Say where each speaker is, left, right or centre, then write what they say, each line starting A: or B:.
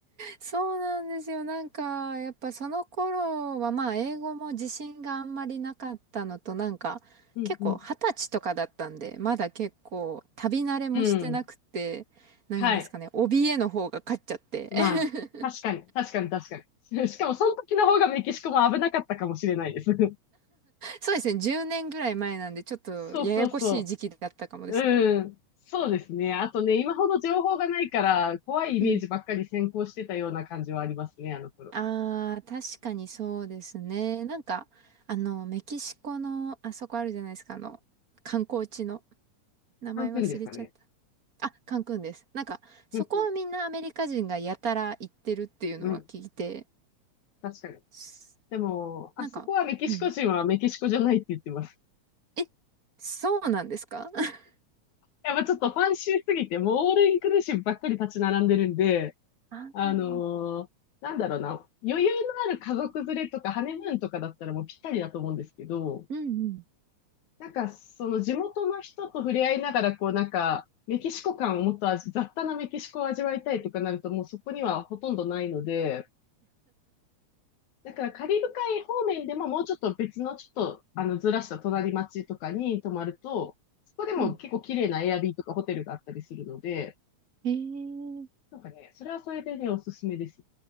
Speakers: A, on the right (about 35°); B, on the left (about 75°).
A: そうなんですよ。なんか、やっぱその頃は、まあ、英語も自信があんまりなかったのと、なんか、
B: うんうん。
A: 結構、二十歳とかだったんで、まだ結構、旅慣れもしてなくて、
B: うん。
A: なんですかね、
B: はい。
A: 怯えの方が勝っちゃって。
B: まあ、確かに、
A: <laughs>
B: 確かに、確かに。<laughs> しかも、その時の方がメキシコも危なかったかもしれないです。<laughs>
A: そうですね、10年ぐらい前なんで、ちょっと、
B: そうそうそ
A: ややこしい時期だったかもですね。
B: う。うん。そうですね。あとね、今ほど情報がないから、怖いイメージばっかり先行してたような感じはありますね、
A: うん。
B: あの頃。
A: ああ、確かにそうですね。なんか、あの、メキシコの、あそこあるじゃないですか、あの、観光地の、名前忘れちゃった。
B: カンクンですかね。
A: あ、カンクンです。なんか、そこはみんなアメリカ人がやたら行ってるっていうのは聞いて、
B: うんうん。うん。確かに。
A: す
B: でも、
A: なんか、
B: あそこはメキシコ人はメキシコじゃないって言ってます。
A: うん。え、そうなんですか <laughs>
B: やっぱちょっとファンシーすぎて、もうオールインクルーシブばっかり立ち並んでるんで、
A: あー
B: あのーなんだろうな、余裕のある家族連れとかハネムーンとかだったらもうぴったりだと思うんですけど、
A: うんうん。
B: なんかその地元の人と触れ合いながら、こうなんか、メキシコ感をもっと味雑多なメキシコを味わいたいとかなるともうそこにはほとんどないので、だからカリブ海方面でももうちょっと別のちょっとあのずらした隣町とかに泊まると、そこでも結構綺麗なエアビーとかホテルがあったりするので、
A: うん。へえ。
B: なんかね、それはそれでね、おすすめです。